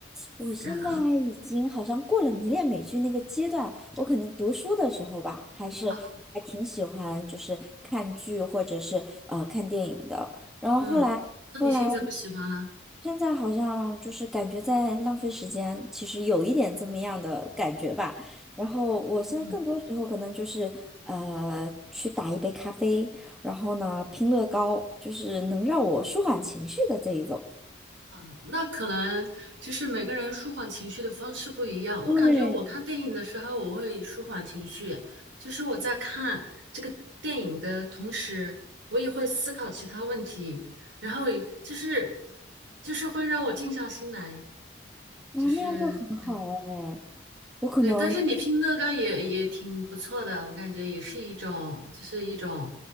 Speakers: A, in the centre; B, on the right.
A: 我现在已经好像过了迷恋美剧那个阶段，
B: 然
A: 我可能读书的时候吧，还是还挺喜欢，
B: 啊，
A: 就是看剧或者是呃看电影的。然后后来后来，
B: 嗯，那你现在不喜欢了？
A: 现在好像就是感觉在浪费时间，其实有一点这么样的感觉吧。然后我现在更多时候可能就是呃去打一杯咖啡，
B: 嗯。
A: 然后呢拼乐高，就是能让我舒缓情绪的这一种。
B: 嗯，那可能其实每个人舒缓情绪的方式不一样。我感觉我看电影的时候，
A: 对，
B: 我会舒缓情绪，就是我在看这个电影的同时，我也会思考其他问题，然后也就是就是会让我静下心来，
A: 那那样就很好哎。
B: 就是对
A: 我可能，
B: 对。但是你拼乐高也也挺不错的，我感觉也是一种就是一种